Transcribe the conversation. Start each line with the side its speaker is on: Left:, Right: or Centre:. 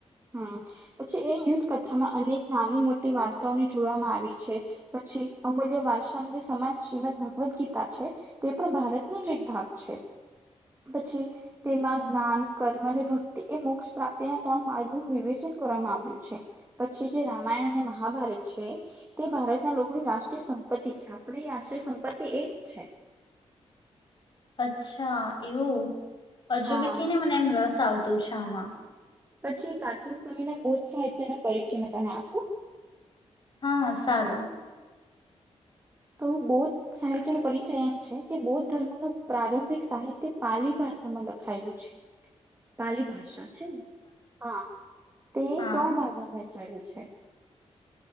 Right: હમ પછી એ યુદ્ધ કથા અનેક નાની મોટી વાર્તાઓ ને જોડવામાં આવી છે, પછી અમૂલ્ય વરસની ની સમાજ ભગવત ગીતા છે, તે પણ ભારતનો જ એક ભાગ છે પછી ભારતનું એક ભાગ છે, પછી તેમાં જ્ઞાન કર મને ભક્તિ એ મોક્ષ પ્રાપ્તિના ત્રણ માર્ગોનું વિવેચન કરવામાં આવ્યું છે, પછી જે રામાયણ અને મહાભારત છે તે ભારતના લોકોની રાષ્ટ્રીય સંપતિ છે, આપણે રાષ્ટ્રીય સંપત્તિ એ જ છે.
Left: અચ્છા એવું. હજુ
Right: હા
Left: બી કીને મને એમ રસ આવતું <unintelligible>
Right: પછી પ્રાચીન સમયના <unintelligible> સાહિત્ય ન પરિચય મે તને આપું.
Left: હા હ સારું.
Right: તો બૌદ્ધ સાહિત્યનો પરિચય એમ છે, કે બૌદ્ધ ધર્મ ન પ્રારંભિક સાહિત્ય પાલી ભાષામાં લખાયેલું છે. પાલી ભાષા છે, ને હા તે
Left: હા
Right: ત્રણ ભાગમાં છે.